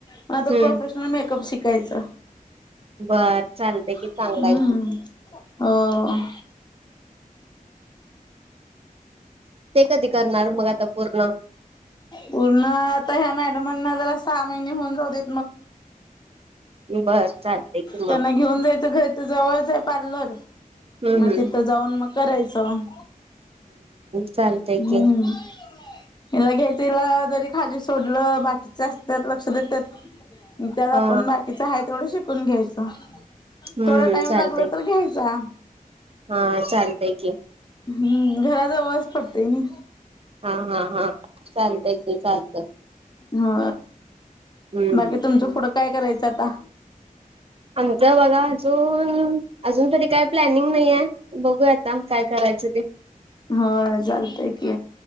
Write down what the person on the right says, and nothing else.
हम्म
बर चालते
की चांगला आहे
ते कधी करणार मग आता पूर्ण
बर चालते कि मग
हम्म
चालतय
की
हा
हम्म
चालतय
हा चालतय की
हा हा हा चालतय त चालतं
हम्म
आमच बघा अजून अजून तरी काय प्लॅनिंग नाहीये बघूया आता काय करायचं ते